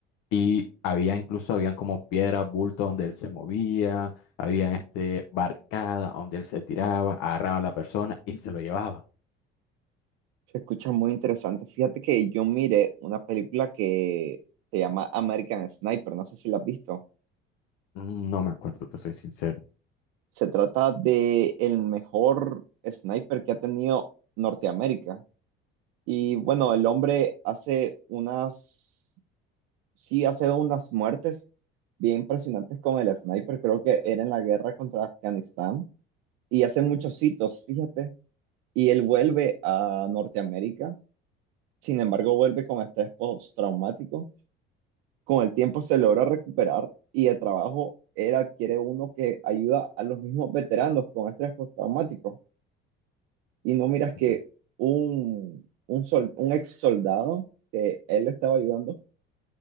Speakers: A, on the left; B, on the right.
A: y había incluso, habían como piedras, bultos donde él se movía, habían este, barcada donde él se tiraba, agarraba a la persona y se lo llevaba.
B: Se escucha muy interesante. Fíjate que yo miré una película que se llama American Sniper, no sé si la has visto.
A: Mm, No me acuerdo, te soy sincero.
B: Se trata de el mejor sniper que ha tenido Norteamérica. Y bueno, el hombre hace unas sí hace unas muertes bien impresionantes con el sniper, creo que era en la guerra contra Afganistán, y hace muchos hitos, fíjate, y él vuelve a Norteamérica, sin embargo vuelve con estrés postraumático, con el tiempo se logra recuperar y de trabajo él adquiere uno que ayuda a los mismos veteranos con estrés postraumático, y no miras que
A: Sí.
B: un, un, sol, un ex soldado que él estaba ayudando